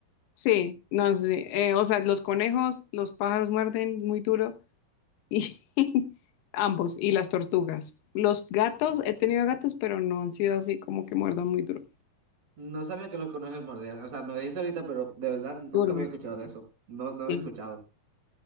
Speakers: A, on the left (about 85°); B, on the right (about 50°).
A: sí, no sé. eh, o sea, los conejos, los pájaros muerden muy duro y <laughs> ambos, y las tortugas. Los gatos, he tenido gatos, pero no han sido así como que muerdan muy duro.
B: No sabía que los conejos mordían. O sea, me lo dijiste ahorita, pero de verdad nunca
A: Duro,
B: había escuchado de eso. No, no había
A: sí,
B: escuchado.